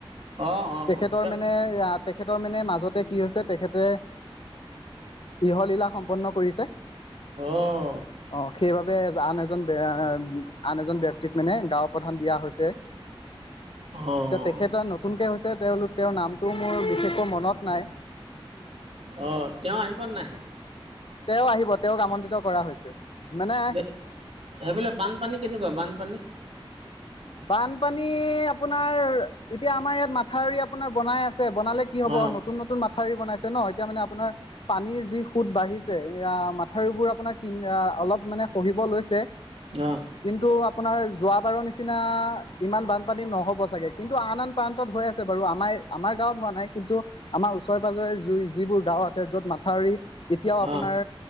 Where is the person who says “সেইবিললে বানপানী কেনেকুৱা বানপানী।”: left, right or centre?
Right